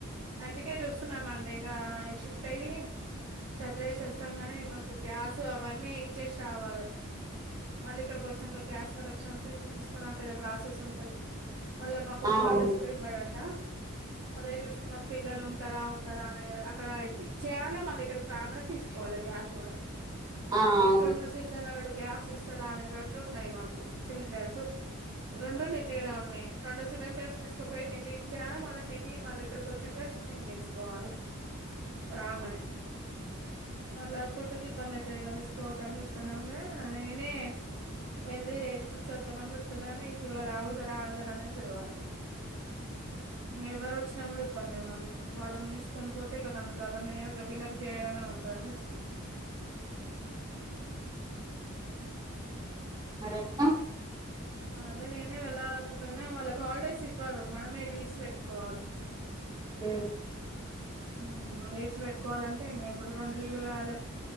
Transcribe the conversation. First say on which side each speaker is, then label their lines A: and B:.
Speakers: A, on the right; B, on the right.
A: అందుకే జూస్తున్నామండి ఆ షిఫ్ట్ అయి చత్రేస్తంగానే మాకు గ్యాస్ అవన్నీ ఇచ్చేసి రావాలి మల్లిక్కడ కొచ్చినంక గ్యాస్ కలెక్షన్ తీసుకున్నా పెద్ద ప్రాసెస్ ఉంటాది మళ్ళ మాకు
B: అవును
A: హాలిడేస్ గూడా ఇవ్వడంట అదే జూస్తున్నాం పిల్లలు ఉంటారా అ అక్కడ చేయాల మళ్ళీ ఇక్కడకి రాంగానే తీసుకోవాలి గ్యాస్ కూడా
B: ఆ అవును
A: ఇప్పుడున్న సీజన్ల గ్యాస్ ఇస్తాడా అనే రొండున్నాయి మాకు సిలిండర్స్ రొండు నిండిగనే ఉన్నాయి రెండు సిలిండర్స్ తీసుకపోయి నిండి ఇచ్చేయాల మళ్ళీ నిండి మళ్ళీ ఇక్కడికి వచ్చినంక షిఫ్టింగ్ జేసుకోవాల రాంగనే మల్ల ఫుడ్డుకి ఇబ్బందయితది గదా కోతాని చూస్తున్నాముగా నేనే యెళ్ళి చూసొద్దామని చూత్తన్నా గానీ ఈ పిల్లలు ఆగుతరా ఆగరా అనేది తెలవాలి ఎవరొచి ఇబ్బందే ఏ మల్లి ఇప్పుడు వాళ్ళని దీసుకొని పోతే ఇగ నన్ను సదరనియరు గ వీళ్ళకి చేయడమే ఉంటందిని చస్తుంది అ
B: మరెట్ల
A: అదే నేనే వెళ్ళాలనుకుంటున గాని వాళ్ళకాలిడేస్ ఇవ్వరు మనమే లీవ్స్ పెట్టుకోవాలి
B: ఉ
A: మ్ లీవ్స్ పెట్టుకోవాలంటే ఇంగ ఇప్పుడు రెండు లీవ్లు కావాలి